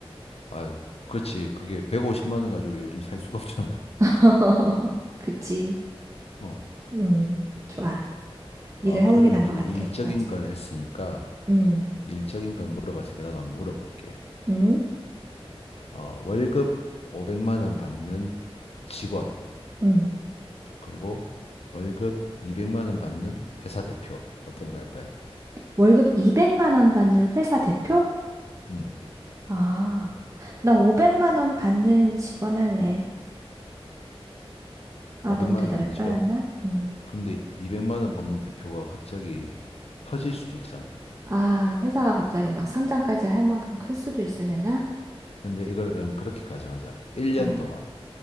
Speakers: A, on the left; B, on the right.
A: 아, 그렇지. 그게 150만 원 가지고 요즘 살 수가 없잖아.
B: <laughs> 그치.
A: <laughs> 어.
B: 음, 좋아. 일을
A: 아, 그러면
B: 하는 게 나은
A: 이제
B: 것 같아.
A: 일적인
B: 맞아.
A: 걸 했으니까,
B: 음,
A: 일적인 걸 물어봤으니까 나도 한번 물어볼게.
B: 음,
A: 어, 월급 500만 원 받는 직원,
B: 음.
A: 그리고 월급 200만 원 받는 회사 대표. 어떤 거 할까요?
B: 월급 200만 원 받는 회사 대표?
A: 음,
B: 아, 나 500만 원 받는 직원 할래. 아,
A: 500만
B: 너무 대답이
A: 원 받는
B: 빨랐나?
A: 직원?
B: 음.
A: 근데 200만 원 받는 대표가 갑자기 터질 수도 있잖아.
B: 아, 회사가 갑자기 막 상장까지 할 만큼 클 수도 있을래나?
A: 근데 이걸 그럼 그렇게 가정하자. 1년
B: 어.
A: 동안